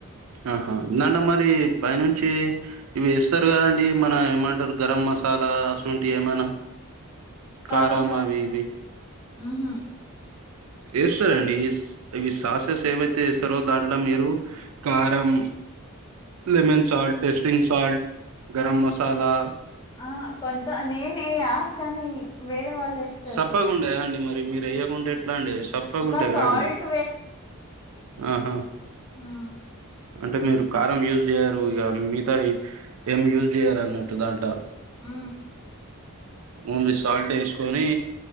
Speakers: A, on the right (about 70°); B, on the left (about 20°).
A: ఆహా ఇందాడ మరి పైనుంచి ఇవి వేస్తారు కద అండి మన ఏమంటారు గరం మసాలా అసువంటి ఏమైనా
B: కాదు
A: కారం
B: కాదు
A: అవి ఇవి
B: ఉహు
A: వేస్తారండి ఇవి సాసెస్ ఏవైతే వేస్తారో దాంట్లో మీరు కారం lemon salt tasting salt garam masala
B: ఆ కొంత నేనయ్య కానీ వేరే వాళ్ళు వేస్త
A: సప్పగాండేయా అండి మరి మీరు అయ్యకుంటే ఎట్లా అండి అ చప్పగాంటాయి
B: ఒక సాల్ట్
A: గా అండి ఆహా
B: ఆ
A: అంటే మీరు కారం యూజ్ చేయారు ఇక మిగతా ఏం యూజ్ చేయ్యరు అన్నట్టు దాంట్లో
B: ఆ
A: ఓన్లీ సాల్ట్ వేసుకొని